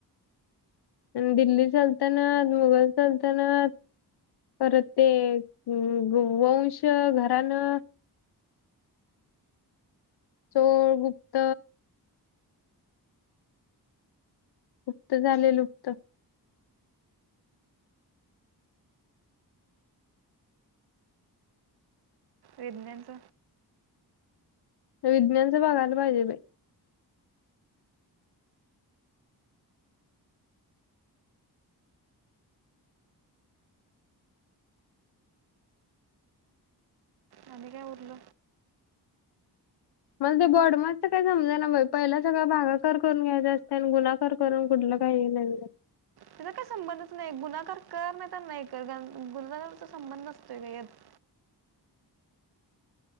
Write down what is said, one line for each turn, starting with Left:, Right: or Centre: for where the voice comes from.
Left: दिल्ली सल्तनत, मुघल सल्तनत, परत ते वंश घरानं. चोळ गुप्त. गुप्त झाले लुप्त.
Right: विज्ञानच
Left: विज्ञानच बघायला पाहिजे बाई.
Right: आणि काय उरल.
Left: मला बॉडमास्क च काय समजाना बाई, पहिला सगळ भागाकार करून घ्यायचा असत, आणि गुन्हा कर करून कुठलं काही नवीनच.
Right: तिचा काही संबंधच नाही, गुन्हाकार कर नाही तर नाही. गुणाकारचा संबंध नसतोय ग यात.